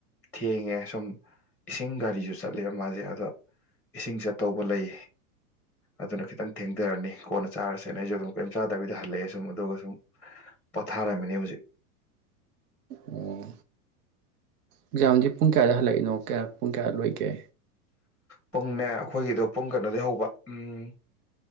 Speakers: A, in the centre; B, on the right.
A: ꯊꯦꯡꯉꯦ ꯁꯨꯝ ꯏꯁꯤꯡ ꯒꯥꯔꯤꯁꯨ ꯆꯠꯂꯦꯕ ꯃꯥꯁꯦ ꯑꯗꯨꯗ ꯏꯁꯤꯡ ꯆꯠꯇꯧꯕ ꯂꯩ ꯑꯗꯨꯅ ꯈꯤꯇꯪ ꯊꯦꯡꯊꯔꯅꯤ ꯀꯣꯟꯅ ꯆꯥꯔꯁꯦꯅ ꯑꯩꯁꯨ ꯑꯗꯨꯝ ꯀꯩꯔꯤꯝ ꯆꯥꯗꯕꯤꯗ ꯍꯜꯂꯛꯑꯦ ꯁꯨꯝ ꯑꯗꯨꯒ ꯁꯨꯝ ꯄꯣꯊꯥꯔꯝꯃꯤꯅꯦ ꯍꯧꯖꯤꯛ
B: ꯑꯣ ꯑꯦꯛꯖꯥꯝꯗꯤ ꯄꯨꯡ ꯀꯌꯥꯗ ꯍꯜꯂꯛꯏꯅꯣ ꯀꯌꯥ ꯄꯨꯡ ꯀꯌꯥꯗ ꯂꯣꯏꯒꯦ
A: ꯄꯨꯡꯅꯦ ꯑꯩꯈꯣꯏꯒꯤꯗꯣ ꯄꯨꯡ ꯀꯩꯅꯣꯗꯩ ꯍꯧꯕ ꯎꯝ